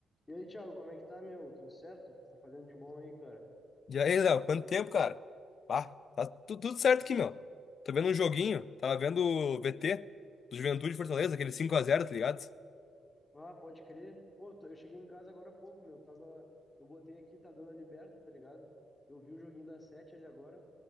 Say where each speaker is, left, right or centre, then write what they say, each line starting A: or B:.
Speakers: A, on the left; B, on the left.
A: E aí, Thiago, como é que tá, meu? Tudo certo? O que tu tá fazendo de bom aí, cara?
B: E aí, Léo, quanto tempo, cara? Pá, tá tu- tudo certo aqui, meu. Tô vendo um joguinho, tava vendo o VT do Juventude e Fortaleza, aquele cinco a zero, tá ligado?
A: Ah, pode crer. Pô, eu tô- eu cheguei em casa agora há pouco, meu. Tava. Eu botei aqui, tá dando a Liberta, tá ligado? Eu vi o joguinho da Sete ali agora,